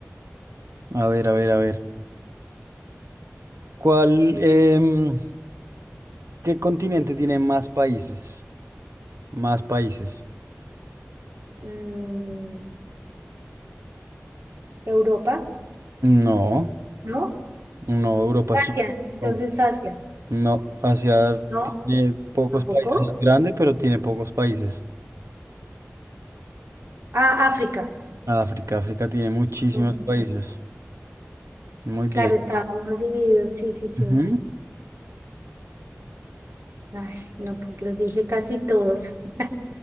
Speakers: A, on the right; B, on the right.
A: a ver, a ver, a ver. ¿Cuál, em, qué continente tiene más países? Más países.
B: Mm, ¿Europa?
A: No,
B: ¿No?
A: no, Europa
B: Asia,
A: sí.
B: entonces
A: No,
B: Asia.
A: no, Asia
B: ¿No?
A: tiene pocos
B: ¿Tampoco?
A: países, es grande, pero tiene pocos países.
B: Ah, África.
A: África, África tiene muchísimos
B: Mm,
A: países. Muy bien.
B: Claro, estábamos más divididos, sí, sí, sí.
A: Ujú.
B: Ay, no, pues los dije casi todos. <laughs>